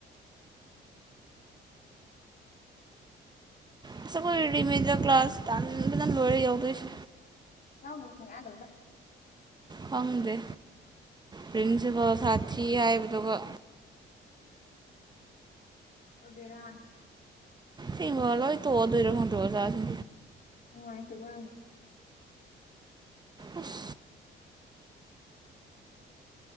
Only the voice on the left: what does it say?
ꯌꯥꯎꯗꯕ ꯁꯨꯡꯌꯥ <unintelligible>
ꯕꯦꯔꯥꯟꯦ
ꯅꯨꯉꯥꯏꯇꯦꯉꯣ ꯌꯥꯝꯅ